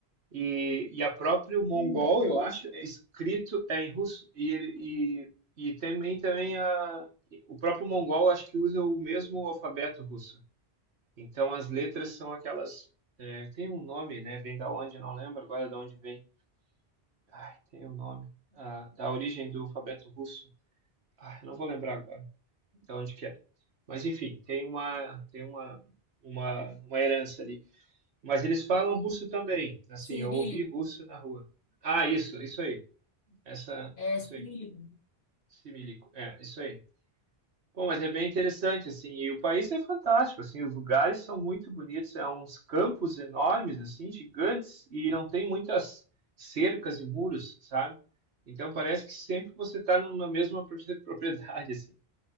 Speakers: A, on the right (about 75°); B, on the left (about 55°).
A: E, e a próprio mongol,
B: Hum, uh,
A: eu acho, é escrito é em russo. E, ele, e, e também, também a, o próprio mongol, acho que usa o mesmo alfabeto russo. Então as letras são aquelas. é, tem um nome, né? Vem da onde? Eu não lembro agora de onde vem. Ai, tem um nome. Ah, da origem do alfabeto russo. Ai, não vou lembrar agora de onde que é. Mas enfim, tem uma, tem uma, uma, uma herança ali. Mas eles falam russo também. Assim,
B: cirílico,
A: eu ouvi russo na rua. Ah, isso, isso aí. Essa,
B: é
A: isso
B: cirílico.
A: aí. Similico. É, isso aí. Bom, mas é bem interessante, assim, e o país é fantástico, assim, os lugares são muito bonitos, é uns campos enormes, assim, gigantes, e não tem muitas cercas e muros, sabe? Então parece que sempre você está numa mesma pro- <laughs> propriedade, assim.